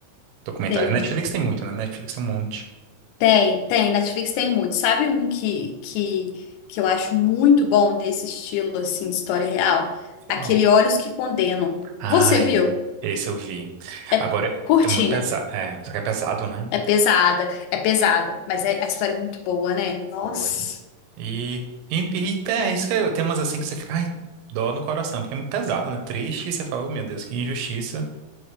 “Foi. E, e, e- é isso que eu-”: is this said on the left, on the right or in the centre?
Right